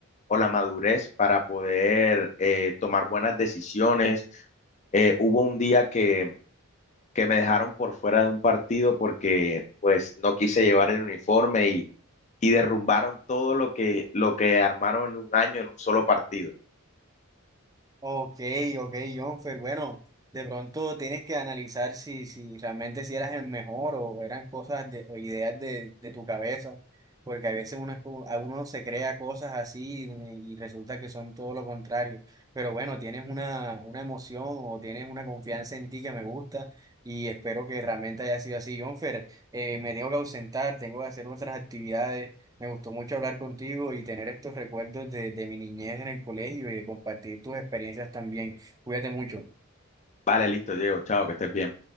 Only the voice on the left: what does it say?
o la madurez para poder eh, tomar buenas decisiones. Eh, hubo un día que, que me dejaron por fuera de un partido porque pues no quise llevar el uniforme y, y derrumbaron todo lo que, lo que armaron en un año en un solo partido.
Vale, listo, Diego, chao, que estés bien.